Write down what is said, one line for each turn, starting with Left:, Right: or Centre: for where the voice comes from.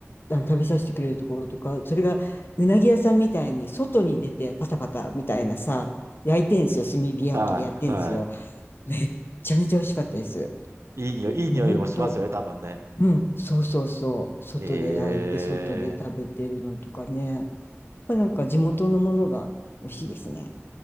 Left: あの、食べさせてくれるところとか、それがうなぎ屋さんみたいに外に出てパタパタみたいなさ、焼いてんですよ。炭火焼きでやってんですよ。
Right: い。はい。はい。
Left: めっちゃめちゃ美味しかったです。
Right: いい匂い、いい匂いもしますよね、
Left: もう本当
Right: 多分ね。
Left: うん、そうそうそう。外で焼いて、
Right: ええ
Left: 外で食べてるのとかね。やっぱなんか地元のものが美味しいですね。